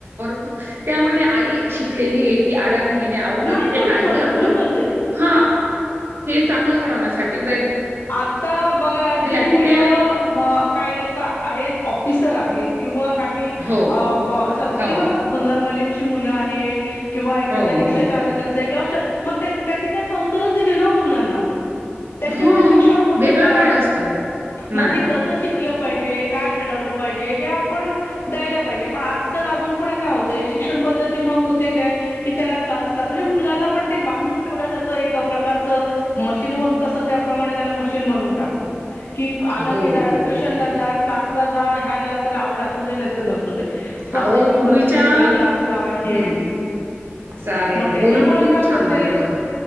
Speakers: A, on the right (about 60°); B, on the left (about 65°).
A: खप त्या आई शिकलेली आहे की अड प्र्ये
B: नाही परत पडत
A: आपलं
B: म्हणून बोलते
A: ह चांगण्या
B: आता बघा जी मुलं
A: की ते
B: काय आता िसर आहेत किंवा काही
A: हो,
B: बघा
A: हो,
B: भंगारवाल्या किंवा एखािका
A: हो, हो.
B: चालक क मग त्यांनी काही संस्कारच दिले ना मुलांना
A: हो,
B: शिक्षण होत
A: वेगळं
B: का
A: काय असतं? नाही.
B: मग ते कस श काय घड पाजे आपण द्यायला पाहिजे पण आजल अजय हो श्षण पती हो काय क त्या क्लासला म्हणजे मु पण बांधून ठेवल्याार प्रकार मशीन वर कस त्याप्रमाणे प्रमाणे त्याला मशीन बनवून टाकतात. की आला
A: हो,
B: की ट्युशनला
A: हो, हो.
B: जा क्लास जा ह्या कलासला आवड असू दे नसु स्पर्धेच्या
A: अहो
B: युगात
A: पूर्वीच्या
B: म्हणजे सगळे क्लास लावायचे.
A: हं, चालेल.
B: मग त्याच्यामुळ
A: बोलून खूप
B: काय
A: छान
B: होतय
A: वाटलं.